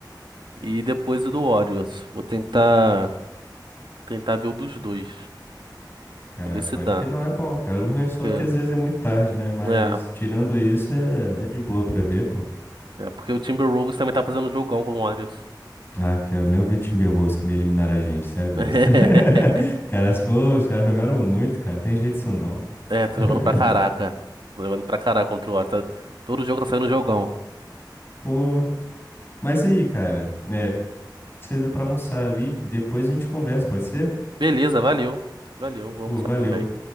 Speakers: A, on the right; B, on the left.
A: e depois o do Warriors. Vou tentar, tentar ver o dos dois.
B: Cara,
A: Vamos ver se
B: pode
A: dá.
B: que não é bom, cara. O ruim é só
A: Porque-
B: que às vezes é muito tarde, né? Mas
A: É,
B: tirando isso, é, é de boa pra ver, pô.
A: é porque o Timberwolves também tá fazendo um jogão com o Warriors.
B: Ah, quero nem ouvir o Timberwolves que me eliminaram a gente, sério mesmo.
A: <laughs>
B: <laughs> Cara, se for, os caras jogaram muito, cara. Não tem jeito isso não, pô.
A: É, tá
B: <laughs>
A: jogando pra caraca. Tá jogando pra caraca contra o Warriors. Tá- Todo jogo tá saindo jogão.
B: Pô, mas aí, cara, é, saída pra almoçar ali, depois a gente conversa, pode ser?
A: Beleza, valeu. Valeu, vou
B: Pô,
A: almoçar
B: valeu.
A: também.